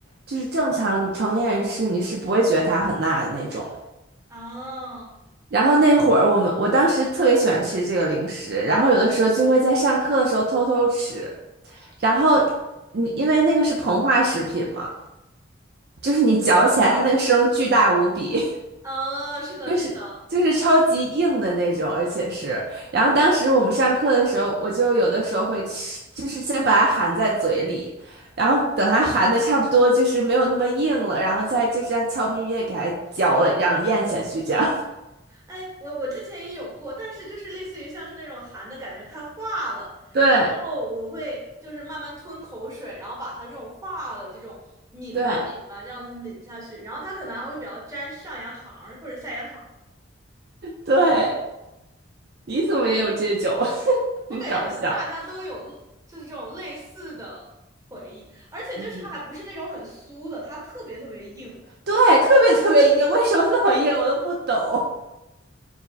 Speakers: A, on the right (about 55°); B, on the right (about 15°).
A: 就是正常成年人吃你是不会觉得它很辣的那种。
B: 哦，
A: 然后那会儿我们我当时特别喜欢吃这个零食，然后有的时候就会在上课的时候偷偷吃。然后你因为那个是膨化食品嘛，就是你嚼起来它那个声巨大无比，
B: 啊，是的，
A: 就是就是超级硬的那种，
B: 是的，
A: 而且是，然后当时我们上课的时候，我就有的时候会吃，就是先把它含在嘴里，然后等它含的差不多就是没有那么硬了，然后再就这样悄咪咪的给它嚼了，然后咽下去，这样。<laughs>
B: 哎，我我之前也有过，但是就是类似于像是那种含的感觉看化了，
A: 对
B: 然后我会就是慢慢吞口水，然后把它这种化的这种抿吧抿吧这样子抿下去，
A: 对
B: 然后它可能还会比较沾上牙膛儿或者下牙膛
A: 对，你怎么也有这种，<laughs>
B: 我感觉可能大家都有就是这种类似的回忆，
A: 很搞笑。
B: 而且就是它还不是那种很酥的，
A: 嗯。
B: 它特别特别硬，
A: 对，特别特别硬，为什么那么硬，我都不懂。